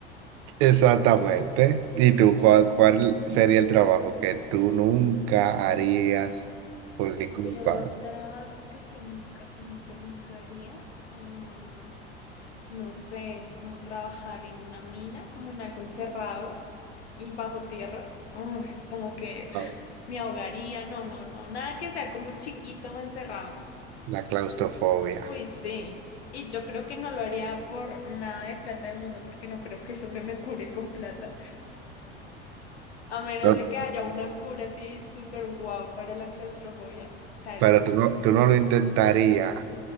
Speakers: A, on the right; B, on the left.
A: Exactamente. ¿Y tú cuál, cuál sería el trabajo que tú nunca harías por ningún
B: Peor
A: pago?
B: trabajo que yo nunca, nunca, nunca haría. Mm, no sé, como trabajar en una mina, como en algo encerrado y bajo tierra. Uy, como que
A: Ah,
B: me ahogaría. No, no, no, nada que sea como chiquito o encerrado.
A: La claustrofobia.
B: Uy, sí. Y yo creo que no lo haría por nada de plata del mundo, porque no creo que eso se me cure con plata. A menos
A: No,
B: de que haya una cura así súper guau para la claustrofobia, tal
A: pero
B: vez.
A: tú no, tú no lo intentarías